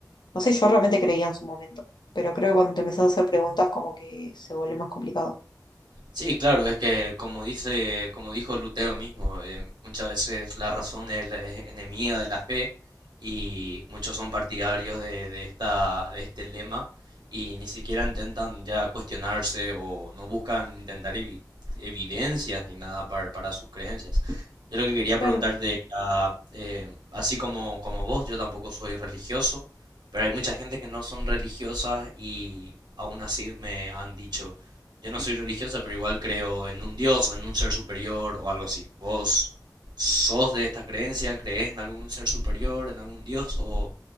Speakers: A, on the left; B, on the right.
A: no sé, yo realmente creía en su momento, pero creo que cuando te empezás a hacer preguntas como que se vuelve más complicado.
B: Sí, claro, es que como dice, como dijo Lutero mismo, eh, muchas veces la razón es, la- es enemiga de la fe y muchos son partidarios de, de esta, de este lema y ni siquiera intentan ya cuestionarse o no buscan intentar evi- evidencias ni nada para, para sus creencias. Yo lo que quería
A: Claro,
B: preguntarte, era, eh, así como, como vos, yo tampoco soy religioso, pero hay mucha gente que no son religiosas y aún así me han dicho yo no soy religiosa, pero igual creo en un Dios o en un ser superior o algo así. ¿Vos sos de esta creencia? ¿Crees en algún ser superior, en algún Dios? ¿O